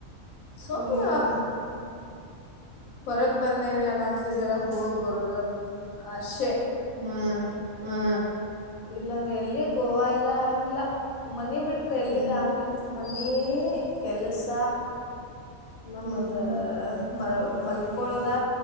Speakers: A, on the left (about 85°); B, on the right (about 60°).
A: ಸುಮ್ಮ.
B: ಹ್ಮ್
A: ಹೊರಗ್ ಬಂದೇನೆ ಅಣಂತ ಜರ ಹೋಗ್ ಬರುದಂತ ಆಶೆ
B: ಹಾ ಹಾ.
A: ಇಲ್ಲಂದ್ರೆ ಎಲ್ಲಿ ಗೋವಾ ಇಲ್ಲ ಅನಿಲ್ಲ ಮನೆ ಬಿಟ್ಟ ಬಿಟ್ರ ಎಲ್ಲಿದ
B: ಹ್ಮ್
A: ಯಾನ ಇಲ್ಲ ಮನಿ ಕೆಲಸ. ನಮ್ಮದ
B: ಹ್ಮ್
A: ಮಲ ಮಲ್ಕೊಳದ